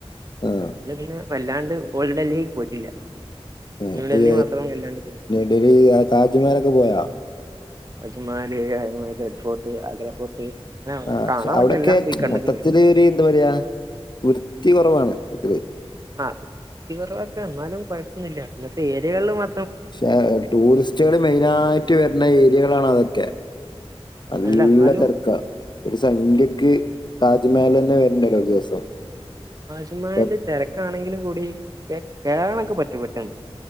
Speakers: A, on the left; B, on the right.
A: ആഹ്
B: ല്ലെ പിന്നെ വല്ലാണ്ട് ഓൾ ഡൽഹിക്ക് പോയിട്ടില്ല.
A: <unintelligible>
B: ന്യൂഡൽഹി മാത്രം വല്ലാണ്ട് പോയിട്ടുള്ളൂ
A: ഡൽഹി താജ്മഹലൊക്കെ പോയാ?
B: അജമാല് <unintelligible> ഫോർട്ട്, ആഗ്ര ഫോർട്ട് അവിടെ
A: ആഹ്
B: കാണാൻ
A: ക്ഷെ അവടൊക്കെ
B: പറ്റിയ എല്ലാം പോയി കണ്ട്ക്ക്ണ്
A: മൊത്തത്തില് ര് എന്താ പറ്യ വൃത്തി കൊറവാണ്. <unintelligible>
B: ആഹ് <unintelligible> എന്നാലും കൊഴപ്പൊന്നില്ല ഇന്നത്തെ ഏരിയകൾ മാ
A: ക്ഷെ ടൂറിസ്റ്റുകള് മെയിനായിട്ട് വെര്ണേ ഏരിയകളാണ അതൊക്കെ. നല്ല
B: അല്ല എന്നാലും
A: തെരക്ക ഒരു സംഖ്യക്ക് താജ്മഹലന്നെ വര്ണ്ടല്ലോ ദിവസം.
B: ആശമാല്
A: എ-
B: തെരക്കാണെങ്കിലും കൂടി കേ കേറാനൊക്കെ പറ്റും പെട്ടെന്ന്.